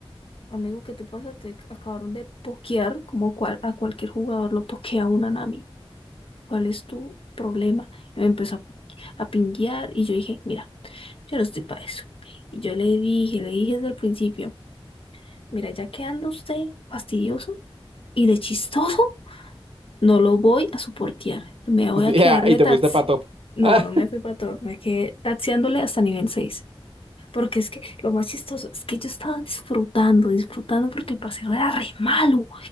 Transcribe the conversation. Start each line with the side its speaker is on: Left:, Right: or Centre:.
Left: amigo, ¿qué te pasa? Te ac- acabaron de pokear, como cual, a cualquier jugador lo pokea una Nami. ¿Cuál es tu problema? Y me empezó a, a pinguear y yo dije, mira, yo no estoy para eso. Y yo le dije, le dije desde el principio, mira, ya que anda usted fastidioso y de chistoso, no lo voy a soportar. Me
Right: y
Left: voy
Right: sí,
Left: a quedarle
Right: ah, y te
Left: taxi.
Right: fuiste para top. <laughs>
Left: No,
Right: Ah,
Left: no me fui para todo, me quedé taxiándole hasta nivel 6. Porque es que lo más chistoso es que yo estaba disfrutando, disfrutando porque el paseo era re malo,